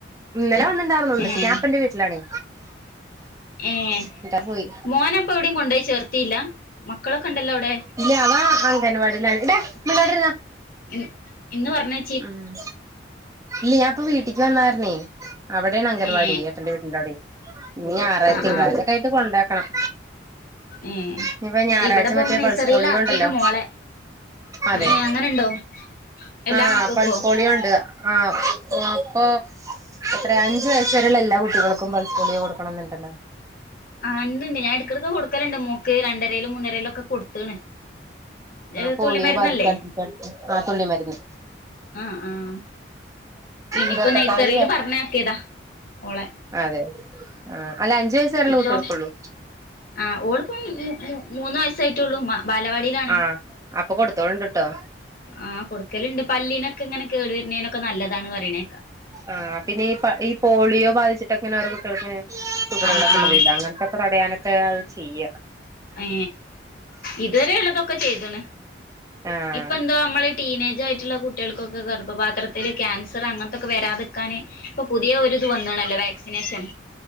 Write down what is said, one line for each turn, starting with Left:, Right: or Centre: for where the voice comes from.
Right: ഇന്നലെ വന്നിണ്ടായിര്ന്നു
Left: ഏഹ്
Right: ഞാൻപ്പ ന്റെ വീട്ടിലാണേ
Left: ഏഹ്
Right: എന്നിട്ടാ പോയി
Left: മോനപ്പൊ എവിടിം കൊണ്ടോയി ചേർത്തീല്ല മക്കളൊക്കെ ണ്ടല്ലോ അവ്ടെ
Right: ഇല്ല അവാ അംഗൻവാടിലാണ് ടാ മിണ്ടാതിര്ന്നാ
Left: ഉം ഇന്ന് പറ്ഞ്ഞെ
Right: ഉം ഇല്ല്യ ഞാൻപ്പൊ വീട്ടിക്ക് വന്നകാര് ണെ അവടെണ് അംഗൻവാടി
Left: ഏ
Right: ഏട്ടന്റെ വീട്ട് ണ്ടവ്ടെ ഇഞ്ഞാറാഴ്
Left: ആഹ്
Right: തിങ്ക്ളാഴ്ചക്കയിട്ട് കൊണ്ടാക്കണം
Left: ഏഹ്
Right: ഇനിയിപ്പ ഞായറാഴ്ച
Left: ഇവടെപ്പം
Right: മറ്റേ
Left: നഴ്സറീലാക്കീണ്
Right: പൾസ് പോളിയോ ഉണ്ടല്ലോ
Left: മോളെ
Right: അതെ
Left: ഏഹ് അങ്ങനെണ്ടോ എല്ലാ
Right: ആഹ്
Left: മക്കൾക്കോ
Right: പൾസ് പോളിയോ ണ്ട്. ആഹ് അപ്പൊ എത്രേ അഞ്ച് വയസ് വെരെള്ള എല്ലാ കുട്ടികൾക്കും പൾസ് പോളിയോ കൊടുക്കണംന്ന്ണ്ടല്ലോ
Left: ആഹ് ണ്ട് ണ്ട് ഞാൻ എട്ക്കടക്ക് കൊടുക്കല്ണ്ട് മോക്ക് രണ്ടരേലും മൂന്നരേലും ഒക്കെ കൊട്ത്ത്ണ് ഏഹ്
Right: പോളിയോ
Left: തുള്ളി മെര്ന്നല്ലേ
Right: <unintelligible> ആഹ് തുള്ളി മെര്ന്ന്
Left: ആഹ് ആഹ് ഇനിയിപ്പ
Right: ഇരുപത്തെട്ടാം
Left: നൈസറിൽ
Right: തീയതിയാ
Left: പറഞ്ഞയക്കിയതാ ഓളെ
Right: അതെ ആ അല്ല അഞ്ച് വയസ്സ് വരെള്ള
Left: ഇപ്പൊ
Right: കുട്ടിയെൾക്കൊള്ളു
Left: ആഹ് ഓള് പ്പം മൂ മൂ മൂന്ന് വയസ്സായിട്ടൊള്ളൂ മ ബാലവാടി ടിലാണ്.
Right: ആഹ് അപ്പൊ കൊടുത്തോളണ്ട് ട്ടോ
Left: ആഹ് കൊ ട് ക്കല്ണ്ട് പല്ലിനൊക്കെ ങ്ങനെ കേട് വര്ന്നേനൊക്കെ നല്ലതാണ് പറിണേക്ക
Right: ആഹ് പിന്നെ ഈ പ ഈ പോളിയോ ബാധിച്ചിട്ടക്ക്‌ ങ്ങനെ ഓരോ കുട്ടികൾക്ക്‌ നെ സുഖതകളൊക്കെണ്ട്
Left: ആഹ് ആഹ്
Right: വരില്ല അങ്ങൻത്തൊക്കെ തടയാനൊക്കെ അത് ചെയ്യ
Left: ഏ ഇതുവരെ ഉള്ളതൊക്കെ ചെയ്താണ്
Right: ആഹ്
Left: ഇപ്പ എന്തോ നമ്മള ടീനേജ് ആയിട്ടുള്ള കുട്ടികൾക്കൊക്കെ ഗർഭപാത്രത്തില് ക്യാൻസർ അങ്ങനത്തൊക്കെ വരാതിക്കാാന് ഇപ്പൊ പുതിയ ഒരുരിത് വന്നണല്ലോ വാക്സിനേഷൻ